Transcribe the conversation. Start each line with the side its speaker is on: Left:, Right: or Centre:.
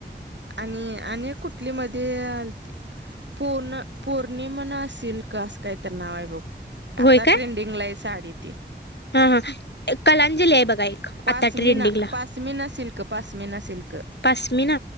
Right: आणि आणि कुठली मध्ये आलती पुर्ण पौर्णिमा ना सिल्क असं काय तर नाव आहे बघ
Left: होय
Right: आता
Left: काय
Right: ट्रेंडिंगलाय साडी ती
Left: हा एक कलांजली आहे बघा एक
Right: पासमीना
Left: आता ट्रेंडिंगला
Right: पासमीना सिल्क पासमीना सिल्क
Left: पास्मिना